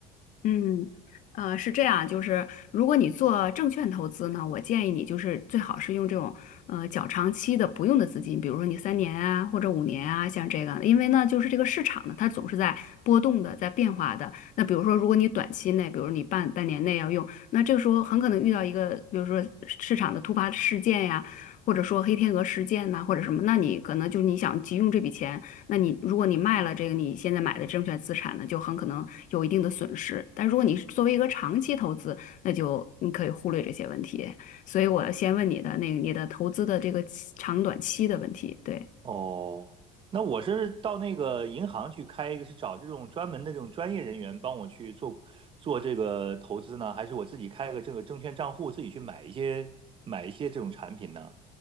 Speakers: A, on the left; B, on the right.
A: 嗯，呃，是这样，就是如果你做证券投资呢，我建议你就是最好是用这种呃较长期的不用的资金，比如说你三年啊或者五年啊，像这个，因为呢就是这个市场呢它总是在波动的，在变化的。那比如说如果你短期内，比如你半半年内要用，那这个时候很可能遇到一个，比如说市场的突发事件呀，或者说黑天鹅事件呐、或者什么，那你可能就是你想急用这笔钱。那你如果你卖了这个你现在买的证券资产呢，就很可能有一定的损失。但如果你是作为一个长期投资，那就你可以忽略这些问题。所以我要先问你的那个你的投资的这个期长短期的问题，对。
B: 哦，那我是到那个银行去开一个，是找这种专门的这种专业人员帮我去做做这个投资呢，还是我自己开个这个证券账户，自己去买一些买一些这种产品呢？